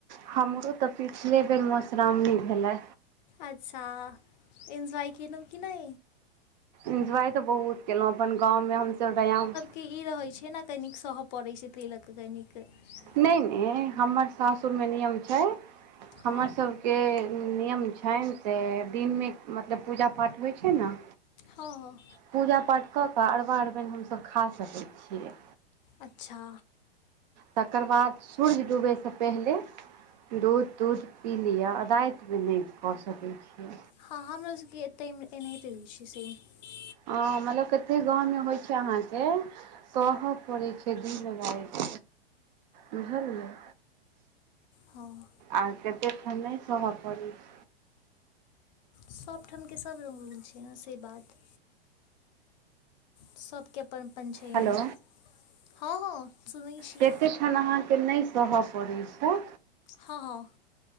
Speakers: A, on the right; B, on the left.
A: हमरो तऽ पिछले बेर मधुश्रावणी भेले।
B: अच्छा एन्जॉय केलहुँ कि नै?
A: इन्जॉय तऽ बहुत केलहुँ अपन गामवमे हमसभ रयाम
B: के इ रहे छै ने कनिक सहऽ पड़े छै तय लऽ क कनिक केऽ <unintelligible>
A: नहि-नहि हमर सासुरमे नियम छै हमर
B: हँ
A: सब के नियम छैन से दिनमे मतलब पूजा पाठ होइ छै न।
B: हँ-हँ
A: पूजा पाठ कऽ कऽ अरबा अरबैन हमसभ खा सकै छियै।
B: अच्छा
A: तकर बाद सूर्य डूबयसँ पहिले दूध-तूध पी लिअ, राइत मे नैह कर सकैत छी।
B: हँ हमरो सभ के एतहि एनाहिते होय छै सेम।
A: हँ मतलब कते गाँवमे होइ छै अहाँके। सहऽ पड़ै छै दिन राइत बुझलियै?
B: हँ
A: आ कतेक ठन नय सह ऽ पड़े छय
B: सभठमके सभ रंग होइ छै ने से बात। सभके अपन अपन छैन।
A: हेलो
B: हँ सुनै छी
A: केते ठाम अहाँकेँ नहि सहय पड़ैत छै।
B: हँ -हँ